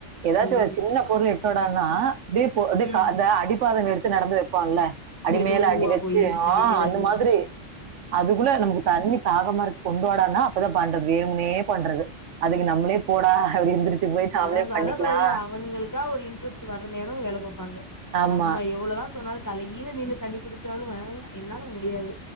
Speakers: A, on the right; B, on the left.
A: ஏதாச்சும்
B: ம்
A: ஒரு சின்ன பொருள் எட்டுவடான்னா. இப்டியே போ ப்டியே
B: ம்
A: கா அந்த அடிபாத எடுத்து நடந்து. பண்ல. அடிமல
B: மெதுவா
A: அடி வச்சு
B: போயி அடி
A: ஆஹ
B: மேல
A: அந்த
B: அடி
A: மாத்ரி
B: வச்சு
A: அதுக்குள்ள நமக்கு
B: ம்
A: தண்ணி தாகமா இரு கொண்டுவாடானா அப்பதா. பண்றது வேனும்னே பண்றது. அதுக்கு நம்மளே போடா அப்படி எந்திரிச்சு போய் நாமளே
B: அதா அதா
A: பண்ணிக்கலாம்
B: அதா சொல்றயில அவுங்களுக்கா ஒரு இன்ட்ரெஸ்ட் வர்ற நேரம் வேல பாப்பாங்க.
A: ஆமா
B: நம்ம எவ்வளோதா சொன்னாலும் தலைகீல நின்னு தண்ணி குடிச்சாலும் <unintelligible> என்னால முடியாது.